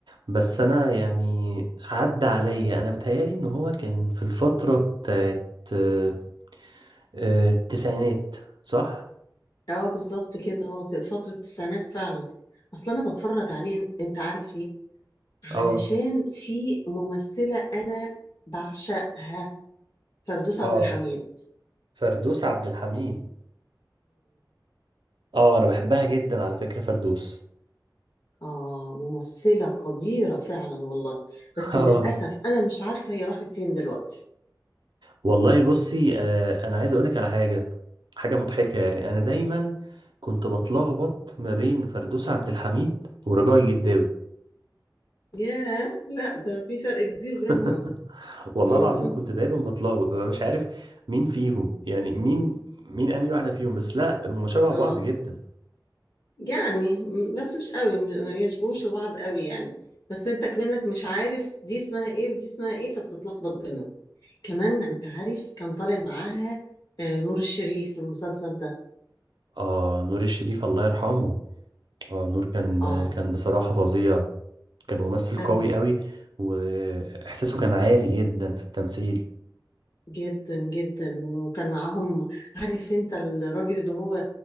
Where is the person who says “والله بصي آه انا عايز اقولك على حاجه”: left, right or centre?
Right